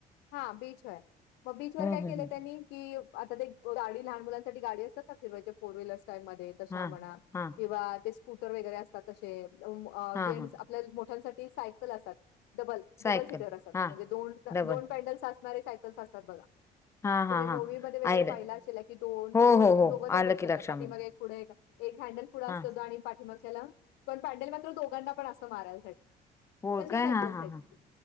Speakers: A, on the left; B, on the left.
A: हा बीच आहे मग बीचवर
B: हं,
A: काय केलं
B: हं, हं.
A: त्यांनी कि आता ते गाडी लहान मुलांसाठी गाडी असतात ना फिरवायचा फोर व्हीलर्स स्टाईल मध्ये तश्या
B: हां,
A: म्हणा
B: हां,
A: किंवा ते स्कूटर वगैरे असतात तशे उम
B: हां,
A: जेंट्स
B: हां.
A: आपल्या मोठ्यांसाठी सायकल असतात डबल
B: सायकल.
A: डबल सीटर असतात
B: हां,
A: म्हणजे दोन
B: डबल.
A: दोन पॅडल्स असणारे सायकल्स असतात बघा तुम्ही
B: हां, हां, हां.
A: मूवी मध्ये वगैरे
B: आयलं.
A: पाहिला अशेल की दोन
B: हो,
A: दोन
B: हो, हो.
A: दोघं जण
B: आलं
A: बघू
B: की
A: शकता
B: लक्षामध्ये.
A: पाठी मागे एक पुढे एक हँडल पुढं
B: हां,
A: असतो आणि पाठीमागच्याला पण पैंडल मात्र दोघांना पण असं मारायसा
B: हो
A: तशे
B: काय?
A: सायकल्स
B: हां, हां,
A: आहेत
B: हां.
A: ते